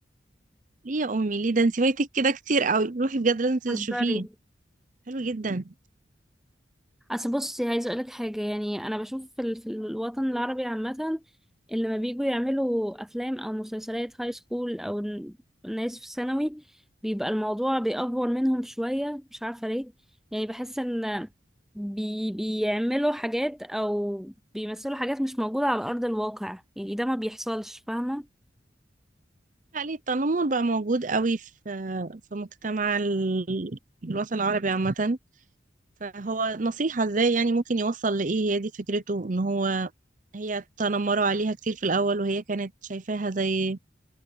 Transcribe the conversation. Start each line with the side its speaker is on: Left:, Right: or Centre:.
Right: ليه يا امي ليه ده انت فايتك كده كتير قوي روحي بجد لازم تشوفيه
Centre: هزاري
Right: حلو جدا
Centre: اصل بصي عايزه اقولك حاجه يعني انا بشوف في, ال... في الوطن العربي عامه اللي لما بييجوا يعملوا افلام او مسلسلات هاي سكول او ن- ناس في ثانوي بيبقى الموضوع بيأفور منهم شويه مش عارفه ليه يعني بحس ان بي... بيعملوا حاجات او بيمثلوا حاجات مش موجوده على ارض الواقع يعني ده ما بيحصلش فاهمه
Right: عليه التنمر بقى موجود قوي في في مجتمع ال- الوطن العربي عامة فهو نصيحة ازاي يعني ممكن يوصل لإيه هي دي فكرته ان هو هي تنمروا عليها كتير في الأول وهي كانت شايفاها زي